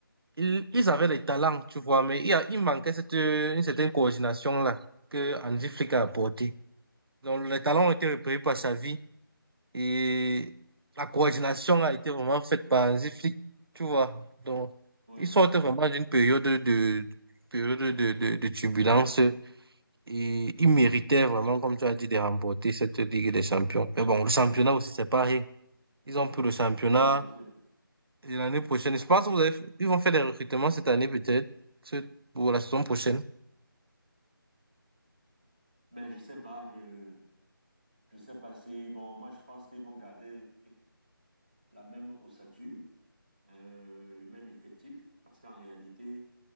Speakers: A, on the right; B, on the right.
A: ils, ils avaient les talents, tu vois, mais il, y a, il manquait cette, une
B: Ouais,
A: certaine coordination là que Andy Flick
B: ouais,
A: a apportée. Donc, les talents ont été repérés par Xavi, Et la coordination a été vraiment faite par un flics, tu vois. Donc,
B: ouais.
A: ils sortent vraiment d'une période de, période de, de, de turbulence et ils méritaient vraiment, comme tu as dit, de remporter cette Ligue des Champions. Mais bon, le championnat aussi, c'est pareil. Ils ont pris le championnat.
B: oui, bien sûr.
A: Et l'année prochaine, je pense que vous avez, ils vont faire des recrutements cette année peut-être, ce- ou la saison prochaine.
B: Ben, je sais pas, je, je sais pas s'ils vont, moi, je pense qu'ils vont garder la même ossature, euh, le même effectif, parce qu'en réalité,